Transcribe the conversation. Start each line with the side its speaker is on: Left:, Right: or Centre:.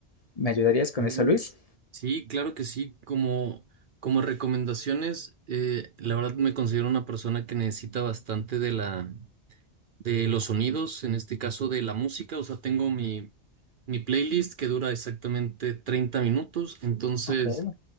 Left: ¿Me ayudarías con
Right: sí,
Left: eso, Luis?
Right: sí, claro que sí. Como, como recomendaciones, eh, la verdad me considero una persona que necesita bastante de la, de los sonidos, en este caso de la música. O sea, tengo mi, mi playlist que dura exactamente 30 minutos. Entonces,
Left: Ok.